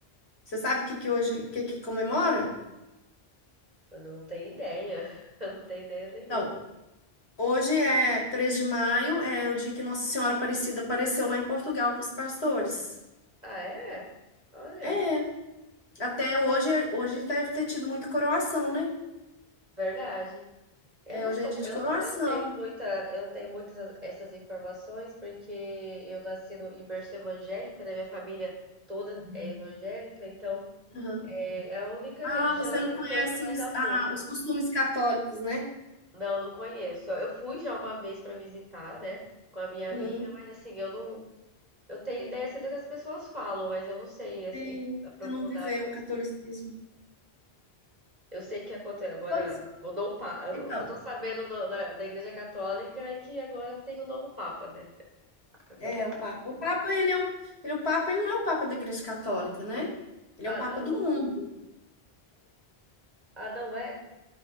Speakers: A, on the left; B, on the right.
A: Você sabe o que que hoje, o que que comemora?
B: Eu não tenho ideia. <laughs> Eu não tenho ideia nenhuma.
A: Então, hoje é 3 de maio, é o dia que Nossa Senhora Aparecida apareceu lá em Portugal para os pastores.
B: Ah, é? Olha,
A: É, até hoje, hoje deve ter tido muito coroação, né?
B: verdade. Eu
A: É,
B: não
A: hoje
B: sou,
A: é dia de
B: eu,
A: coroação.
B: eu não tenho muita, eu não tenho muitas essas informações porque eu nasci no em berço evangélico, né? Minha família toda é evangélica, então
A: Aham.
B: é é a única
A: Ah,
B: religião
A: você
B: assim
A: não
B: que
A: conhece
B: eu conheço mais
A: os,
B: a
A: ah,
B: fundo.
A: os costumes católicos, né?
B: Não, não conheço. Eu fui já uma vez para visitar, né, com a minha amiga,
A: Uhum.
B: mas assim, eu não, eu tenho ideia assim do que as pessoas falam, mas eu não sei assim
A: E
B: aprofundado.
A: você não viveu
B: com-
A: o catolicismo.
B: Eu sei que aconteceu agora
A: Pois
B: mudou o papa.
A: é. Então,
B: O que eu tô sabendo do- da, da Igreja Católica é que agora tem um novo papa, né? É o
A: é
B: que eu tô-
A: o Papa. O Papa, ele é um, ele, é o Papa, ele não é o Papa da Igreja Católica, né? Ele
B: Ah,
A: é o Papa
B: não?
A: do mundo.
B: Ah, não é?